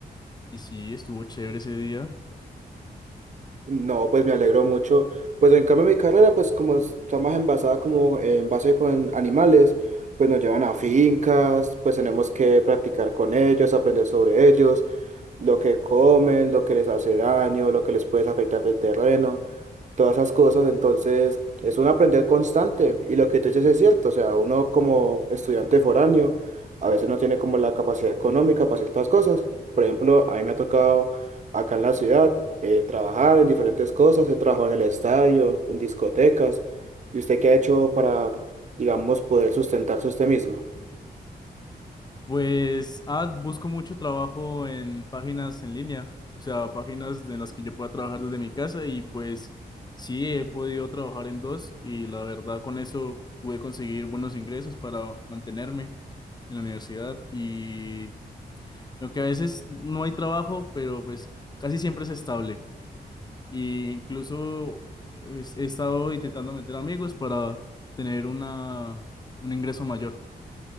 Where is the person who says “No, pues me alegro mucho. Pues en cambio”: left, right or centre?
Right